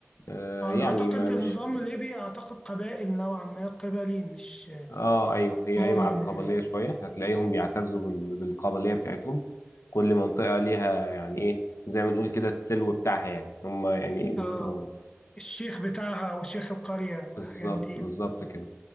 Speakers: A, on the left (about 85°); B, on the left (about 20°).
A: آه،
B: آه،
A: يعني
B: انا اعتقد
A: ما مش
B: نظام ليبيا اعتقد قبائل نوعا ما قبلي مش
A: اه ايوه هي
B: مدن
A: قايمه على القبليه
B: يعني
A: شويه هتلاقيهم بيعتزوا بال- بالقبليه بتاعتهم كل منطقه ليها يعني ايه زي ما نقول كده السلو بتاعها يعني هم يعني بيبقوا-
B: اه الشيخ بتاعها او شيخ القرية والحاجات
A: بالظبط
B: دي
A: بالظبط كده